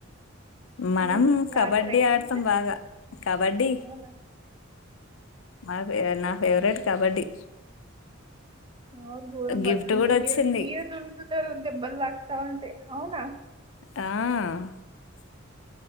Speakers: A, on the left; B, on the right.
A: మనం
B: మీ మీరు
A: కబడ్డీ
B: ఆడతారా గేమ్స్
A: ఆడతాం బాగా కబడ్డీ
B: అవునా
A: మా ఫ నా ఫేవరెట్ కబడ్డీ
B: ఆ గోరం పట్టుకుంటారు
A: గిఫ్ట్ గూడా వచ్చింది.
B: మీద దునుకుతారు దెబ్బలు తాకుతావుంటాయ్ అవునా
A: ఆఆ